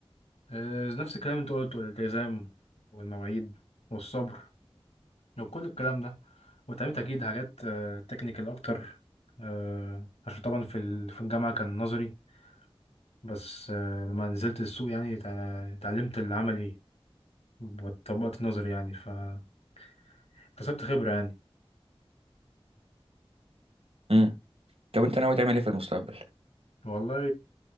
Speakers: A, on the left (about 85°); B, on the right (about 70°).
A: آه، نفس الكلام اللي انت قلته الالتزام والمواعيد والصبر وكل الكلام ده واتعلمت اكيد حاجات تكنيكال اكتر آه، عشان طبعا في ال- في الجامعه كان نظري بس آه، لما نزلت السوق يعني تع- اتعلمت العملي وطبقت النظري يعني فاكتسبت خبره يعني
B: مم. طب انت ناوي تعمل ايه في المستقبل
A: والله